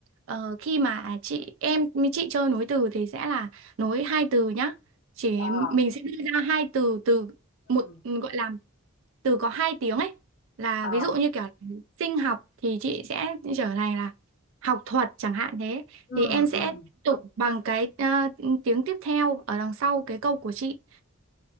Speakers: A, on the right; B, on the left.
A: ờ, khi mà chị em với chị chơi nối từ thì sẽ là nối hai từ nhá. Chỉ
B: À.
A: mình sẽ đưa ra hai từ từ một
B: Ừm.
A: gọi là từ có hai tiếng ấy là
B: À.
A: ví dụ như kiểu sinh học thì chị sẽ trở thành là học thuật chẳng hạn thế
B: Ừm,
A: thì em sẽ
B: ừm.
A: tiếp tục bằng cái ờ, tiếng tiếp theo ở đằng sau cái câu của chị.